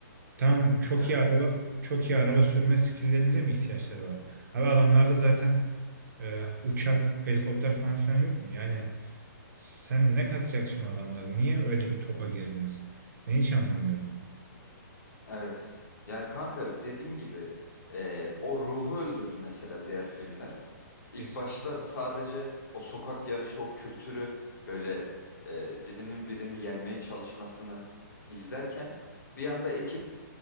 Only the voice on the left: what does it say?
evet
Evet. Yani kanka dediğin gibi e, o ruhu öldürdü mesela diğer filmler. İlk
başta sadece o sokak yarışı, o kültürü böyle e, birinin birini yenmeye çalışmasını izlerken bir anda ekip